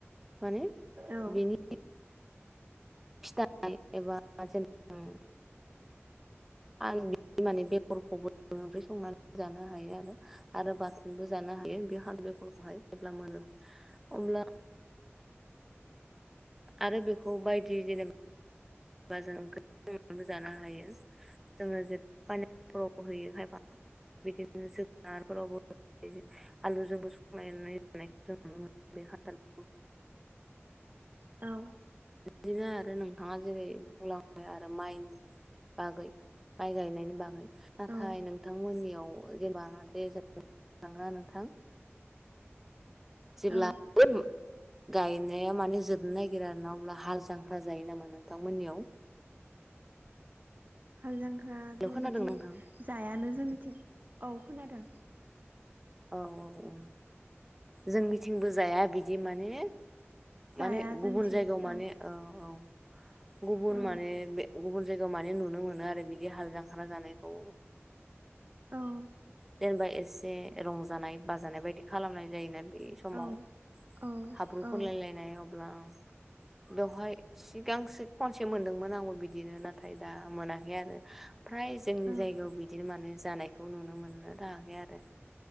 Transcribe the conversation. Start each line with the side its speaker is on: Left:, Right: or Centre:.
Centre: माने
Right: औ
Centre: बिनि फिथाइ एबा जेनबा आं माने बेगरखौबो ओंख्रि संनानै जानो हायो आरो आरो बाथोनबो जानो हायो बे <unintelligible> बेगरखौहाय जेब्ला मोनो
Right: <inaudible>
Centre: अब्ला आरो बेखौ बायदि जेनेबा बा जों ओंख्रिफोरजोंबो जानो हायो जोङो जेरै <unintelligible> होयो खायफा बिदिनो जोगोनारफोरावबो आलु जोंबो सं जानायखौ जों नुनो मोनो बे <unintelligible>
Right: औ
Centre: बिदिनो आरो नोंथाङा जेरै बुंलांबाय आरो माइनि बागै माइ गायनायनि बागै नाथाय
Right: औ
Centre: नोंथांमोननियाव जेनबा जे जों <unintelligible> नोंथां जेब्ला
Right: औ
Centre: गायनाया माने जोबनो नागिरो ना अब्ला हाल जांख्रा जायो नामा नोंथांमोननियाव?
Right: <inaudible> हाल जांख्राथ'
Centre: हेलौ खोनादों
Right: बिदि
Centre: नोंथां?
Right: जायानो जोंनि थिं औ खोनादों
Centre: औ औ औ जोंनिथिंबो
Right: औ
Centre: जाया बिदि माने
Right: जाया
Centre: माने
Right: जोंथिं
Centre: गुबुन जायगायाव माने
Right: औ
Centre: औ गुबुन
Right: औ
Centre: माने बे गुबुन जायगायाव माने नुनो मोनो आरो बिदि हाल जांखा जानायखौ
Right: औ
Centre: जेनेबा एसे रंजानाय बाजानाय बायदि खालामनाय जायोना बे समाव
Right: औ औ
Centre: हाब्रु
Right: औ
Centre: फोनलायलायनाय अब्ला
Right: <inaudible>
Centre: बेवहाय सिगांसो खनसे मोनदोंमोन आंबो बिदिनो नाथाय दा मोनाखै आरो ओमफ्राय फ्राय जोंनि
Right: औ
Centre: जायगायाव बिदिनो माने जानायखौ नुनो मोनो थायाखै आरो